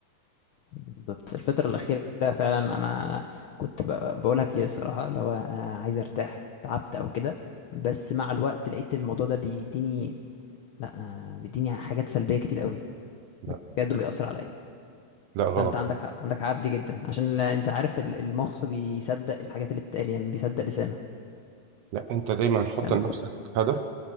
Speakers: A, on the left (about 70°); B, on the right (about 70°).
A: بالظبط الفترة الأخيرة فعلا أنا كنت ب- بقولها كتير الصراحة اللي هو أنا عايز أرتاح تعبت أو كده بس مع الوقت لقيت الموضوع ده بيديني لأ آه، بيديني حاجات سلبية كتير قوي
B: لا
A: بجد بيأثر عليا
B: لا غلط
A: فأنت عندك حق عندك حق في دي جدا عشان ال- أنت عارف ال- المخ بيصدق الحاجات اللي بتتقال يعني بيصدق لسانه
B: لا أنت دايما حط
A: لما
B: لنفسك هدف